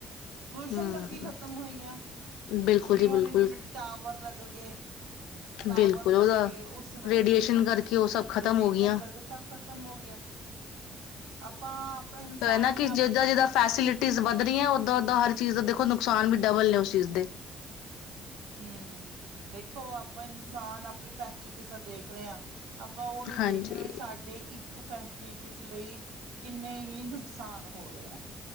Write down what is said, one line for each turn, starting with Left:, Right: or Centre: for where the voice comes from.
Right: ਪੋਲਿਊਸ਼ਣ
Left: ਹੂੰ।
Right: ਕਰਕੇ ਖ਼ਤਮ ਹੋਈ ਹੈ
Left: ਬਿਲਕੁਲ
Right: ਜਿਵੇਂ
Left: ਜੀ ਬਿਲਕੁਲ,
Right: ਹੁਣ ਇਨੇ ਵੱਡੇ ਵਡੇ ਟਾਵਰ ਲੱਗ ਗਏ ਟਾਵਰ
Left: ਬਿਲਕੁਲ
Right: ਲੱਗੇ
Left: ਉਹਦਾ
Right: ਉਸਨ
Left: ਰੇਡੀਏਸ਼ਨ ਕਰਕੇ ਉਹ ਸਭ ਖ਼ਤਮ
Right: ਰੇਡੀਏਸ਼ਨ
Left: ਹੋ ਗਈਆਂ।
Right: ਕਰਕੇ ਸਭ ਖਤਮ ਹੋ ਗਿਆ ਆਪਾਂ ਇਨਸਾਨ
Left: ਹੈ ਨਾ ਕਿ
Right: ਆਪਣੀ
Left: ਜਿੱਦਾਂ
Right: ਤਾਂ
Left: ਜਿੱਦਾਂ ਫੈਸਿਲਿਟੀਜ਼ ਵਧ ਰਹੀਆਂ ਉਓਦਾਂ ਓਦਾਂ ਹਰ ਚੀਜ਼ ਦਾ ਦੇਖੋ ਨੁਕਸਾਨ ਵੀ ਡਬਲ ਨੇ ਇਸਦੇ।
Right: ਹਮ ਦੇਖੋ ਆਪਾਂ ਇਨਸਾਨ ਆਪਣੀ ਫੈਸਿਲਿਟੀ ਦਾ ਦੇਖ ਰਹੇ ਹਾਂ। ਆਪਾਂ ਉਹ ਨੀ
Left: ਹਾਂਜੀ
Right: ਦੇਖ ਰਹੇ ਵੀ ਸਾਡੇ ਇੱਕ ਫੈਸਿਲਿਟੀ ਲਈ ਕਿੰਨੇ ਹੀ ਨੁਕਸਾਨ ਹੋ ਰਹੇ ਆ।